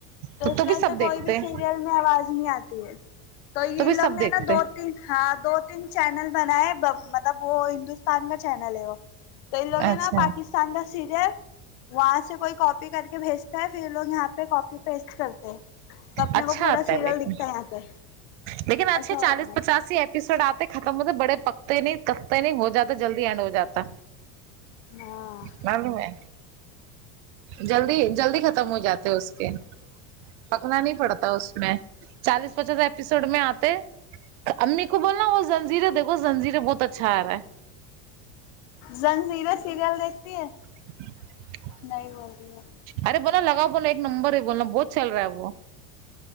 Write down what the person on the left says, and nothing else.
اس
وجہ
سے کوئی
بھی
سیریل آواز نہیں آتی ہے تو یہ
لوگ
نے
نا دو تین ہاں دو تین چینل بنا ہے مطلب وہ ہندوستان کا چینل ہے وہ تو ان لوگ ہیں
نا پاکس تان کا سیریل وہاں سے کوئی کاپی کر کے بھیجتا ہے پھر یہ لوگ یہاں پہ کاپی پسٹ کرتے ہیں تو اپنے
کو پورا
سیریل
دکھتا ہے یہاں پہ
ایسا
ہو رہا
ہے ہاں
زنجیریں سیریل دیکھتی ہے
نہیں بول رہی ہے